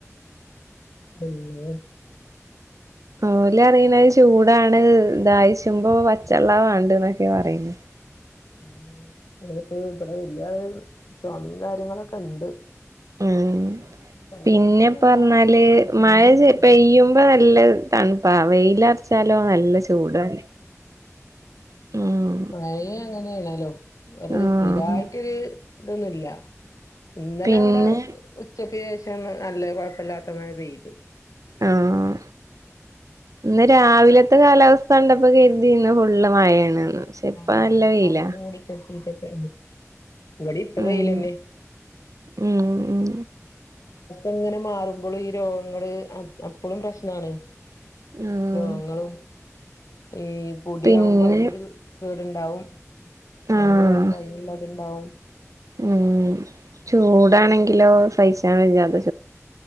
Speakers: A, on the left (about 85°); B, on the right (about 80°).
A: <unintelligible>
B: ഓല് പറയണത് ചൂടാണ് ദാഹിച്ച് ചു വരുമ്പോ പച്ചോള്ളാ വേണ്ടത് എന്നൊക്കെയാ പറയുന്നെ.
A: ഉം ഇപ്പോ ഇവിടെ വലിയാളിന് ചൊമയും കാര്യങ്ങളൊക്കെ ഉണ്ട്.
B: ഉം.
A: പനിക്കൂണൊന്നുല്ല
B: പിന്നെ പറഞ്ഞാല്
A: പോകുന്നുണ്ട്
B: മഴ പെയ്യുമ്പോ നല്ല തണുപ്പാ വെയില് അടിച്ചാലോ നല്ല ചൂടാണ്. ഉം
A: മഴ അങ്ങനെയാണല്ലോ ഒരു
B: ആഹ്
A: സ്ഥിരായിട്ടൊരു. ഇതൊന്നുമില്ല ഇന്നലെ
B: പിന്നെ
A: ഇവിടെ ഉച്ചക്ക് ശേഷം. ണ് നല്ല കൊഴപ്പമില്ലാത്ത മയ പെയ്തു.
B: ആഹ് ഇന്ന് രാവിലത്തെ കാലാവസ് സ്ഥ കണ്ടപ്പൊ കരുതി ഇന്ന് ഫുള്ള് മഴയാണെന്ന് പക്ഷെ ഇപ്പൊ
A: ആഹ്
B: നല്ല വെയിലാ
A: അതൊന്ന് മൂടിക്കെട്ടീട്ടൊക്കെ ഉം ഇവടേം ഇപ്പ
B: ഉം
A: വെയില് തന്നെ.
B: ഉം. ഉം
A: എങ്ങനെ മാറുമ്പോളും ഈ രോഗങ്ങള് അ അപ്പളും പ്രശ്ണാണ്.
B: ആഹ്
A: രോഗങ്ങളും. ഈ പൊടി
B: പിന്നെ
A: ആവുമ്പ അയിനൊരു കേട്ണ്ടാവും മഴയാവുമ്പ
B: ആഹ്
A: അയിന്ള്ളത് നുള്ളത്. ഹൗ
B: ഉം ചൂടാണെങ്കിലോ സഹിച്ചാൻ വെയ്യ അത്.